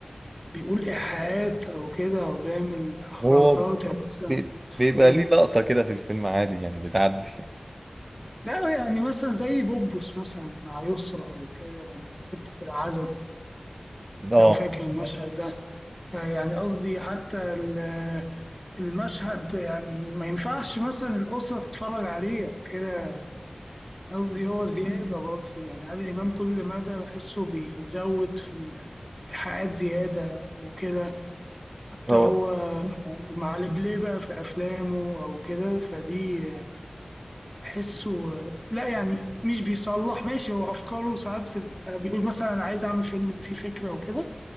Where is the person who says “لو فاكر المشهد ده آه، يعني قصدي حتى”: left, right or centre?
Centre